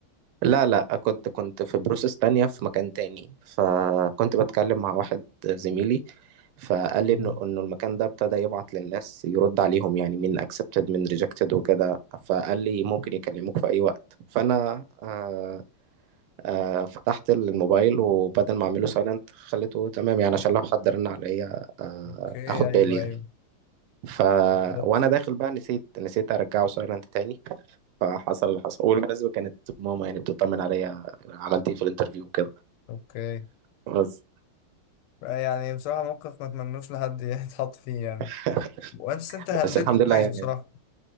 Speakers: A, on the right (about 85°); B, on the left (about 85°).
A: لا لا كنت كنت في بروسس تانية في مكان تاني فكنت بتكلم مع واحد زميلي فقال لي
B: مم.
A: انه انه المكان ده ابتدى يبعت للناس يرد عليهم يعني مين اكسبتد مين ريجكتد وكده فقال لي ممكن يكلموك في اي وقت فانا آه آه فتحت الموبايل وبدل ما اعمله سايلنت خليته تمام يعني عشان لو حد رن عليا آه
B: اوكي
A: اخد
B: ايوه
A: بالي يعني
B: ايوه
A: ف
B: بالظبط
A: وانا داخل بقى نسيت نسيت ارجعه سايلنت تاني فحصل اللي حصل والمناسبة كانت ماما يعني بتطمن عليا أنا عملت ايه في الانترفيو وكده
B: اوكي
A: بس
B: يعني بصراحة موقف ما اتمنوش لحد <laughs> يتحط فيه يعني
A: <laughs>
B: وانت انت هندلته
A: بس الحمد
B: كويس
A: لله يعني
B: بصراحة